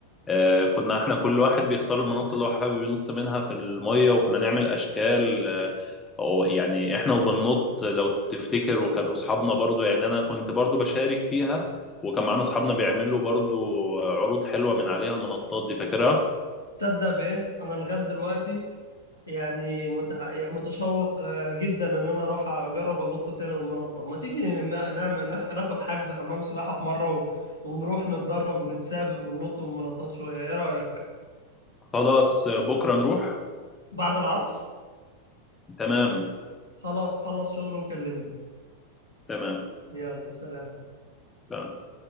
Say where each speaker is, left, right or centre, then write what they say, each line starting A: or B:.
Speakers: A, on the left (about 15°); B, on the left (about 90°).
A: آه، كنا احنا كل واحد بيختار المنطقة اللي هو حابب ينط منها في المية وكنا نعمل أشكال آه، أو يعني احنا وبننط لو تفتكر وكانوا أصحابنا برضو يعني أنا كنت برضو بشارك فيها وكان معانا أصحابنا بيعملوا برضو عروض حلوة من عليها المنطات دي فاكرها؟
B: تصدق بايه؟ انا لغايه دلوقتي يعني متح... يعني متشوق آه، جدا ان انا اروح اجرب انط تاني من المنطقه ما تيجي نا- نعمل ناخ- ناخد حجز حمام سباحه في مره و... ونروح نتدرب ونتسابق وننط من المنطات شويه ايه رايك
A: خلاص بكرة نروح
B: بعد العصر
A: تمام
B: خلاص خلص شغل وكلمني
A: تمام
B: يلا سلام
A: تمام